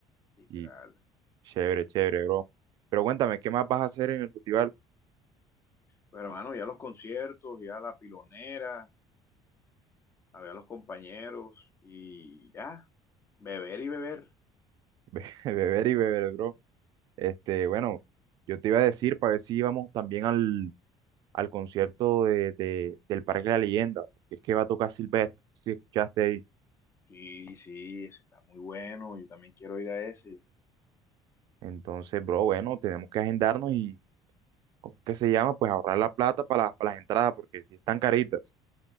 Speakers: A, on the left; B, on the right.
A: Literal.
B: Y chévere, chévere, bro. Pero cuéntame, ¿qué más vas a hacer en el festival?
A: Pero, hermano, ya los conciertos, ya la pilonera. a ver a los compañeros y ya, beber y beber.
B: <laughs> Be- Beber y beber, bro. Este, bueno, yo te iba a decir para ver si íbamos también al, al concierto de, de- del Parque de la Leyenda, porque es que va a tocar Silvestre. Si escuchaste ahí.
A: Sí, sí, ese está muy bueno, yo también quiero ir a ese.
B: Entonces, bro, bueno, tenemos que agendarnos y, ¿cómo es que se llama? Pues ahorrar la plata para, las- para las entradas, porque si están caritas,